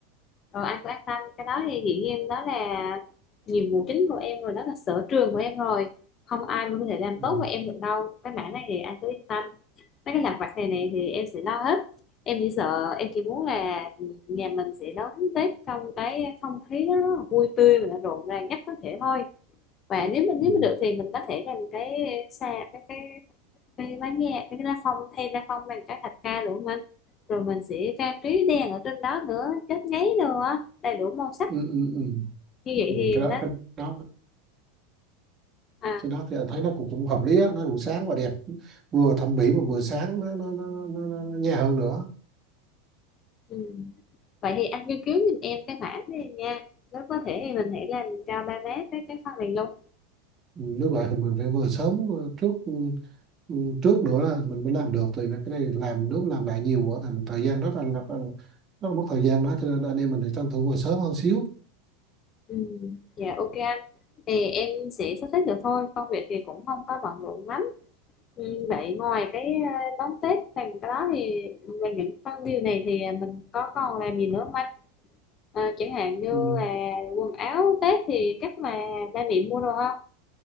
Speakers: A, on the left (about 30°); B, on the right (about 30°).
A: rồi anh cứ an tâm cái đó thì dĩ nhiên đó là nhiệm vụ chính của em rồi đó là sở trường của em rồi không ai mà có thể làm
B: ừ.
A: tốt với em được đâu cái mảng này thì anh cứ yên tâm mấy cái lặt vặt này này thì em sẽ lo hết em chỉ sợ em chỉ muốn là nhà mình sẽ đón Tết trong cái không khí nó rất là vui tươi và rộn ràng nhất có thể thôi và nếu mình
B: Ừ.
A: nếu mà được thì mình có thể làm cái xa cái cái cái bánh nghe cái lá phong thay lá phong bằng cái thạch ca đủ mình rồi mình sẽ trang trí đèn ở trên đó nữa chớp giấy nữa đầy đủ màu sắc
B: Ừ, ừ, ừ.
A: như vậy
B: Ừ.
A: thì
B: cái đó
A: nó
B: cái đó
A: à
B: cái đó thì anh thấy nó cũng cũng hợp lý á nó cũng sáng và đẹp vừa thẩm mỹ mà vừa sáng nó nó nó, nó, nó nó nhẹ hơn nữa
A: ừ. vậy thì anh nghiên cứu giùm em cái mảng này nha nếu có thể thì mình hãy làm cho ba má cái cái phần này luôn
B: Ừ, nếu vậy thì mình phải vừa sớm ờ, trước ừ, ừ, trước nữa là mình mới làm được thì là cái này làm nước làm lại nhiều quá thành thời gian rất là, là, là rất là mất thời gian đó cho nên anh em mình thì tranh thủ vừa sớm hơn xíu
A: ừ. dạ ok anh thì em sẽ sắp xếp được thôi công việc thì cũng không có bận rộn lắm ừ. vậy ngoài cái ờ, đón Tết phần cái đó thì về những phần điều này thì mình có còn làm gì nữa không anh? Ờ, chẳng hạn như
B: ừ.
A: là quần áo Tết thì chắc là ba mẹ mua đồ không?